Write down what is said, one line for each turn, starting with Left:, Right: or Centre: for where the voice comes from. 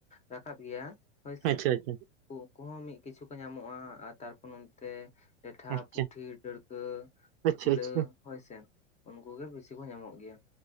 Left: ᱨᱟᱠᱟᱵ ᱜᱮᱭᱟ ᱦᱳᱭᱥᱮ
Right: ᱟᱪᱪᱷᱟ ᱟᱪᱪᱷᱟ
Left: ᱩᱱᱠᱩ ᱦᱚᱸᱚᱸ ᱢᱤᱫ ᱠᱤᱪᱷᱩ ᱠᱚ ᱧᱟᱢᱚᱜᱼᱟ ᱟᱨ ᱛᱟᱨᱯᱚᱨ ᱱᱚᱱᱚᱛᱛᱮ ᱞᱮᱴᱷᱟᱯ
Right: ᱟᱪᱪᱷᱟ
Left: ᱯᱩᱴᱷᱤ ᱰᱟᱹᱲᱠᱟᱹ ᱠᱩᱪᱞᱟᱹ
Right: ᱟᱪᱪᱷᱟ ᱟᱪᱪᱷᱟ
Left: ᱦᱳᱭ ᱥᱮ ᱩᱱᱠᱩ ᱜᱮ ᱵᱤᱥᱤ ᱠᱚ ᱧᱟᱢᱚᱜ ᱜᱮᱭᱟ